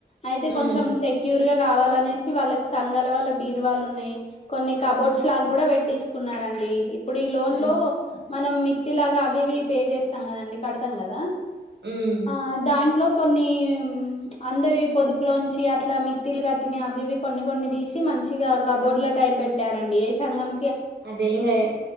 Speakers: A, on the left; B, on the right.
A: అయితే
B: ఉమ్
A: కొంచెం సెక్యూర్ గా కావాలనె సి వాళ్ళకి సంఘాల వాళ్ళ బీరువాళ్లు ఉన్నాయి. కొన్ని కబోడ్స్
B: ఉమ్
A: లాగ కూడా పెట్టిచు కున్నారండి. ఇప్పుడు ఈ లోన్
B: ఉమ్
A: లో మనం మిత్తిలాగా అవివి పే చేస్తాం కదండి, కడతాం కదా.
B: ఉమ్.
A: ఆ దాంట్లో కొన్ని అందరి పొదుపులోంచి అట్లా మిత్తిలు కట్టి అవి ఇవి కొన్ని కొన్ని తీసి మంచిగా కబోర్డ్ల టైప్ పెట్టారండి ఏ సంగం
B: అదేంగయా